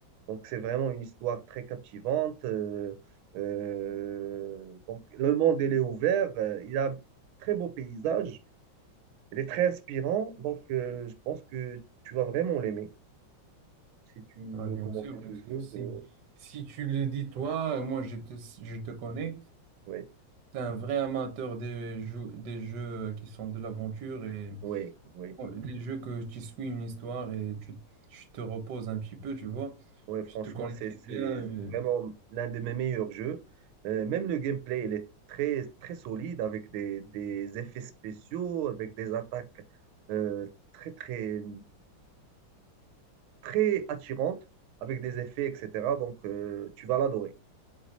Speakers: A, on the right (about 85°); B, on the right (about 60°).
A: Donc, c'est vraiment une histoire très captivante. Euh, euh, donc, le monde, il est ouvert. Euh, Il a un très beau paysage. Il est très inspirant. Donc, euh, je pense que tu vas vraiment l'aimer. Si tu
B: Ouais,
A: veux
B: bien
A: commencer
B: sûr, bien
A: ce
B: sûr.
A: jeu,
B: Si,
A: je...
B: si tu le dis toi, moi je te, je te connais,
A: oui,
B: tu es un vrai amateur des jeux, des jeux qui sont de l'aventure et
A: oui, oui.
B: oh, les jeux que tu suis une histoire et tu, tu te reposes un petit peu, tu vois.
A: Ouais, franchement,
B: Je te connais
A: c'est
B: très
A: c'est
B: bien. euh,
A: vraiment l'un de mes meilleurs jeux. Euh, même le gameplay, il est très, très solide avec des, des effets spéciaux, avec des attaques euh, très, très, très attirantes, avec des effets, etc. Donc, euh, tu vas l'adorer.